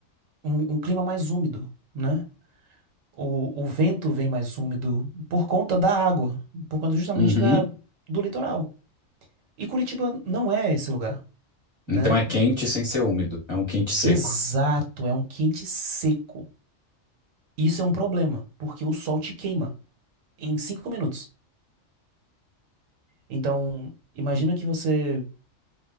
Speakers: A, on the right; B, on the left.
A: um, um clima mais úmido, né? O, o vento vem mais úmido por conta da água, por conta justamente
B: Uhum.
A: da, do litoral. E Curitiba não é esse lugar, né?
B: Então é quente sem ser úmido. É um quente seco.
A: Exato, é um quente seco. Isso é um problema, porque o sol te queima em cinco minutos. Então, imagina que você